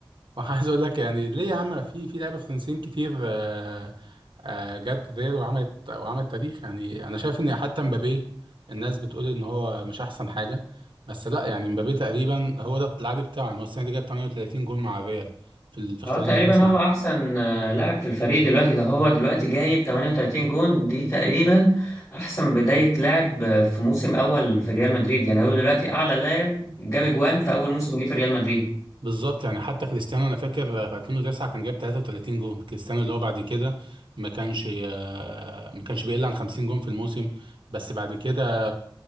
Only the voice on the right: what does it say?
وعايز اقول لك يعني ليه يا عم في في لعيبه فرنسيين كتير آه، آه، جت ريال وعملت وعملت تاريخ يعني انا شايف ان حتى مبابي الناس بتقول ان هو مش احسن حاجه بس لا يعني مبابي تقريبا هو ده العادي بتاعه يعني هو السنه دي جاب 38 جول مع الريال في ال- في خلال
الموسم
بالظبط يعني حتى كريستيانو انا فاكر في 2009 كان جاب 33 جون كريستيانو اللي هو بعد كده ما كانش آه، ما كانش بيقل عن 50 جون في الموسم بس بعد كده